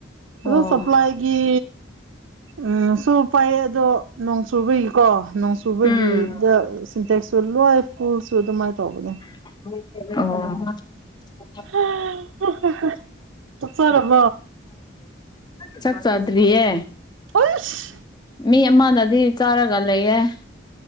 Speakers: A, on the left (about 20°); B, on the right (about 80°).
A: ꯑꯣ
B: ꯑ ꯁꯄ꯭ꯂꯥꯏꯒꯤ ꯎꯝ ꯁꯨ ꯄꯥꯏꯌꯦ ꯑꯗꯣ ꯅꯣꯡꯁꯨꯨꯕꯒꯤꯀꯣ ꯅꯣꯡꯁꯨꯨꯕꯒꯤꯗ
A: ꯎꯝ
B: ꯁꯤꯟꯇꯦꯛꯁꯨ ꯂꯣꯏ ꯐꯨꯜꯁꯨ ꯑꯗꯨꯃꯥꯏꯅ ꯇꯧꯕꯅꯦ
A: ꯑꯣ
B: ꯑ ꯆꯔꯕ
A: ꯆꯠ ꯆꯗꯔꯤꯌꯦ
B: ꯎꯏꯁ
A: ꯃꯤ ꯑꯃꯅꯗꯤ ꯆꯥꯔꯒ ꯂꯩꯌꯦꯦ